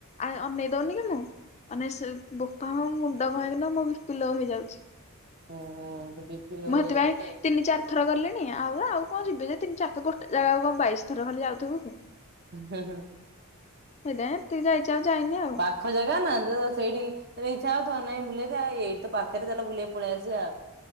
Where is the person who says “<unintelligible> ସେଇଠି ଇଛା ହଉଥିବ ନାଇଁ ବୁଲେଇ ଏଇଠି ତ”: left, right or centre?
Right